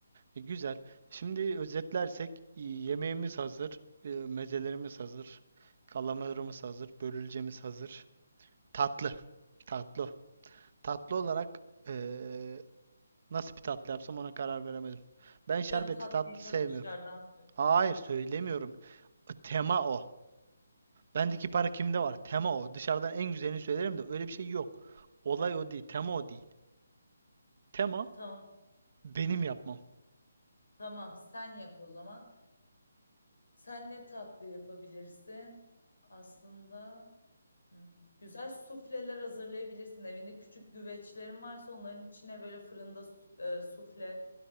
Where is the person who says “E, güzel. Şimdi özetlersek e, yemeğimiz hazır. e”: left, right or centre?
Right